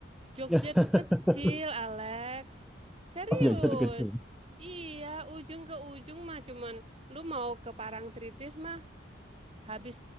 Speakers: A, on the right (about 30°); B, in the centre.
A: Jogja
B: <laughs>
A: tuh kecil, Alex. Serius?
B: Oh, Jogja tuh kecil.
A: Iya, ujung ke ujung mah cuman lu mau ke Parangtritis mah Habis